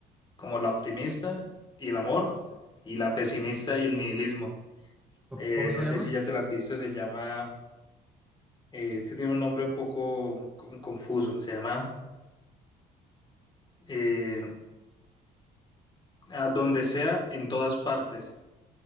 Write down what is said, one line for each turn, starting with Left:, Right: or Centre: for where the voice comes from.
Left: como la optimista y el amor y la pesimista y el nihilismo. Eh,
Centre: cómo- se
Left: no
Centre: llama?
Left: sé si ya te la has visto, se llama, eh, es que tiene un nombre un poco con- confuso, se llama eh, A donde sea, en todas partes.